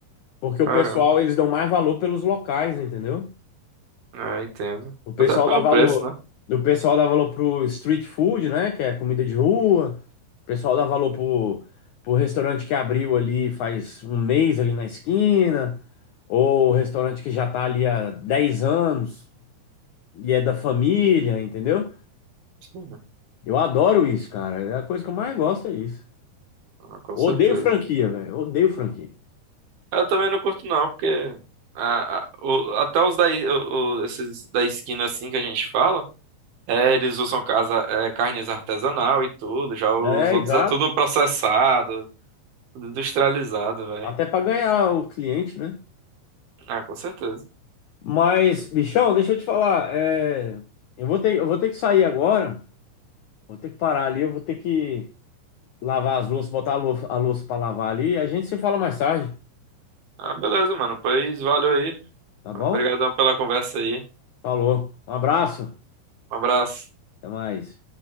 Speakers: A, on the left; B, on the right.
A: Porque o
B: Caramba,
A: pessoal, eles dão mais valor pelos locais, entendeu?
B: é, entendo.
A: O pessoal
B: Até pelo
A: dá valor.
B: preço, né?
A: do pessoal dá valor pro street food, né? Que é comida de rua. O pessoal dá valor pro, pro restaurante que abriu ali faz um mês ali na esquina. Ou o restaurante que já tá ali há 10 anos e é da família, entendeu?
B: Sim,
A: Eu adoro isso, cara. É a coisa que eu mais gosto é isso.
B: ah, com
A: Odeio
B: certeza.
A: franquia, velho. Odeio franquia.
B: Eu também não curto não, porque a, a- o- até os da, i- o- o- esses da esquina assim que a gente fala. É, eles usam casa, é, carnes artesanal e tudo. Já os
A: É,
B: outros
A: exato.
B: é tudo processado, tudo industrializado, velho.
A: Até para ganhar o cliente, né?
B: Ah, com certeza.
A: Mas, bichão, deixa eu te falar. é, Eu vou ter, eu vou ter que sair agora. Vou ter que parar ali. Eu vou ter que lavar as louças, botar a louça, a louça para lavar ali. A gente se fala mais tarde,
B: Ah, beleza, mano. Pois valeu aí.
A: tá bom?
B: Obrigadão pela conversa aí.
A: Falou. Um abraço.
B: Um abraço.
A: Até mais.